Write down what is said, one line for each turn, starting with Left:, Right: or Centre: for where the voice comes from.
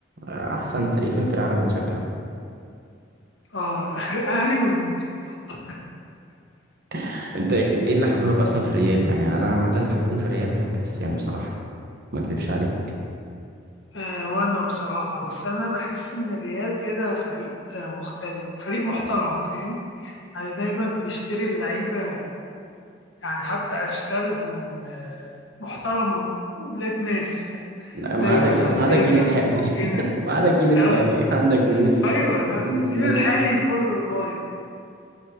Right: آه، احسن فريقين في العالم بتشجع
Left: اه <laughs> الاهلي والمدريد طبعا
Right: <laughs> انت ايه إيه اللي حببك اصلا في الريال يعني انا عامه اللي حببني في الريال كان كريستيانو بصراحه ما اكدبش عليك
Left: أه وانا بصراحة بس انا بحس ان الريال كده فريق آه، مختلف فريق محترم فاهم يعني دايما بيشتري اللعيبة يعني حتى أشكالهم آه، محترمة ولاد ناس فاهم
Right: ما
Left: زي
Right: عدا
Left: مثلا
Right: ما عدا
Left: بيكم
Right: الجيل الحالي
Left: أو كده
Right: <laughs> ما عدا الجيل
Left: <laughs>
Right: الحالي
Left: آه،
Right: <laughs> عندك فينيسيوس
Left: أيوه
Right: وتشاوميني
Left: لا الجيل
Right: والناس
Left: الحالي
Right: دي
Left: كله ضايع